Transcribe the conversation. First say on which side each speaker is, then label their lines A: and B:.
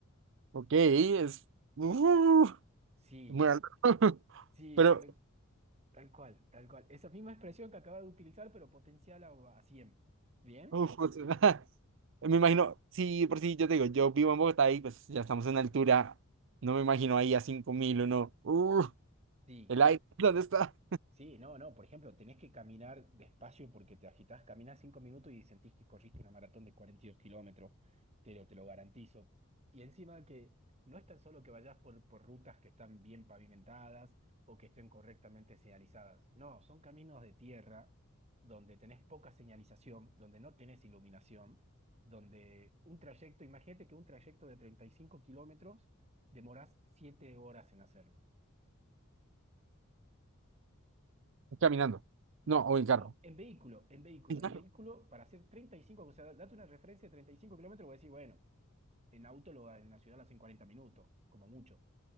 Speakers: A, on the right; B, on the right.
A: Ok, es... ¡Uh!
B: Sí,
A: muy alto. <laughs>
B: sí,
A: Pero
B: tal, tal cual, tal cual. Esa misma expresión que acaba de utilizar, pero potencial a, a 100. ¿Bien?
A: Uf, o sea, <laughs> me imagino, sí, por sí, yo te digo, yo vivo en Bogotá y pues ya estamos en altura, no me imagino ahí a 5000 o no. Uh,
B: Sí.
A: el aire, <laughs> ¿dónde está?
B: Sí, no, no, por ejemplo, tenés que caminar despacio porque te agitás, caminás cinco minutos y sentís que corriste una maratón de 42 kilómetros, te lo, te lo garantizo. Y encima que no es tan solo que vayas por, por rutas que están bien pavimentadas o que estén correctamente señalizadas, no, son caminos de tierra donde tenés poca señalización, donde no tenés iluminación, donde un trayecto, imagínate que un trayecto de 35 kilómetros demorás 7 horas en hacerlo.
A: Caminando. No, o en carro.
B: No, en vehículo, en vehículo,
A: En
B: en
A: carro.
B: vehículo para hacer 35, o sea, date una referencia de 35 kilómetros, voy a decir, bueno, en auto lo, en la ciudad lo haces en 40 minutos, como mucho.